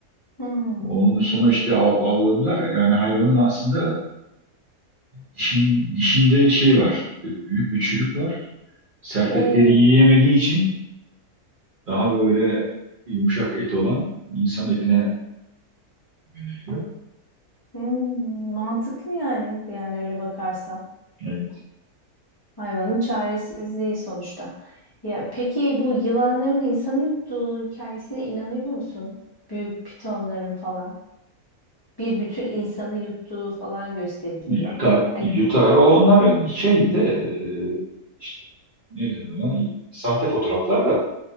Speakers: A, on the left (about 35°); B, on the right (about 45°).
A: Hmm.
B: Onun sonuçta av, avladılar. Yani hayvanın aslında dişin, dişinde şey var. e, Büyük bir çürük var. Sert
A: E,
B: etleri yiyemediği için daha böyle yumuşak et olan insan etine yöneliyor.
A: hmm, mantıklı yani yani öyle bakarsan.
B: Evet.
A: Hayvanın çaresizliği sonuçta. Ya peki bu yılanların insanı yuttuğu hikayesine inanıyor musun? Büyük pitonların falan bir bütün insanı yuttuğu falan gösteriliyor.
B: Yutar,
A: Yani,
B: yutar. Onlar şey de e, işte ne denir ona? Sahte fotoğraflar da